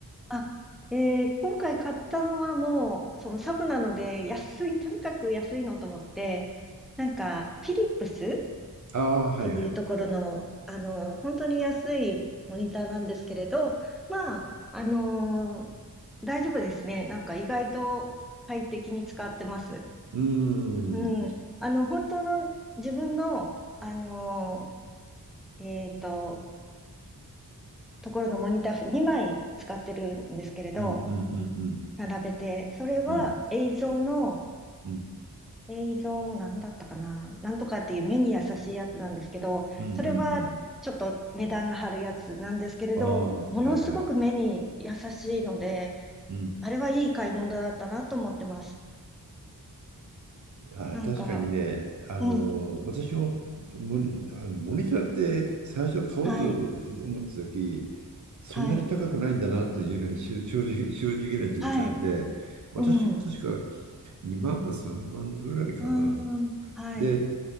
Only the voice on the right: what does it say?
ああ、はいはい。
う
ーん。うん
うんうん
うん。うんうん
うんうん
うん。ああ、
はいはいはい。うん。
あ、
確かにね、あの、
私もモニ、あのモニターって最初買おうと思った時、
そんなに高くないんだなというのが正正直、
正直な実感で、
私も確か
2万か3万ぐらいかな。
で、